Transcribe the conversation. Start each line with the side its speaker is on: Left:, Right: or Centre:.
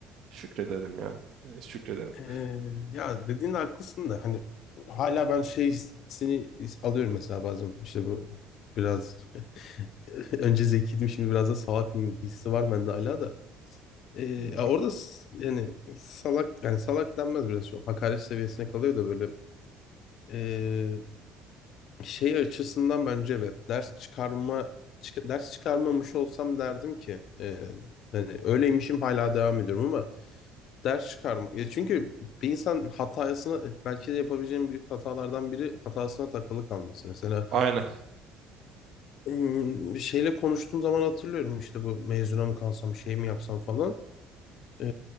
Right: şükredelim ya. E, Şükredelim.
Left: Ee, ya dediğin de haklısın da hani hala ben şey hissini alıyorum mesela bazen işte bu biraz <laughs> önce zekiydim şimdi biraz da salak mıyım hissi var bende hala da. Ee, ya
Right: Hmm,
Left: orada s- yani salak yani salak denmez biraz şu hakaret seviyesine kalıyor da böyle ee, şey açısından bence evet ders çıkarma çık- ders çıkarmamış olsam derdim ki ee, hani öyleymişim hala devam ediyorum ama ders çıkarma ya çünkü bir insan hatasına eh, belki de yapabileceğim büyük hatalardan biri hatasına takılı kalması mesela
Right: Aynen.
Left: hmm, bir şeyle konuştuğum zaman hatırlıyorum işte bu mezuna mı kalsam şey mi yapsam falan Ee,